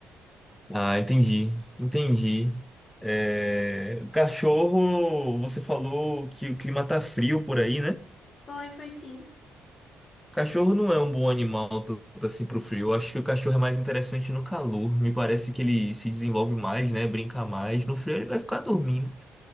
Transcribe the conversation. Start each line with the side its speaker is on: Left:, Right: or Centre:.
Centre: Ah, entendi, entendi. É, o cachorro, você falou que o clima tá frio por aí, né?
Left: Foi, foi sim.
Centre: Cachorro não é um bom animal tanto assim pro frio. Eu acho que o cachorro é mais interessante no calor. Me parece que ele se desenvolve mais, né? Brinca mais. No frio ele vai ficar dormindo.